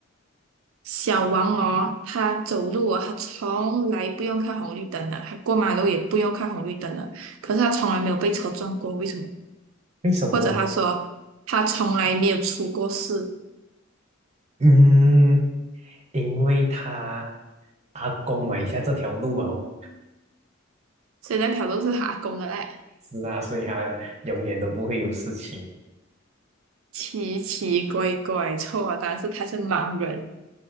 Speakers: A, on the right; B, on the right.
A: 小王哦，他走路啊，他从来不用看红绿灯的，他过马路也不用看红绿灯的，可是他从来没有被车撞过，为什么？
B: 为什么啊？
A: 或者他说他从来没有出过事，
B: 嗯，因为他阿公买下这条路啊，
A: 所以那条路是他阿公的嘞，
B: 是啊，所以他永远都不会有事情。
A: 奇奇怪怪，错啊，但是他是盲人，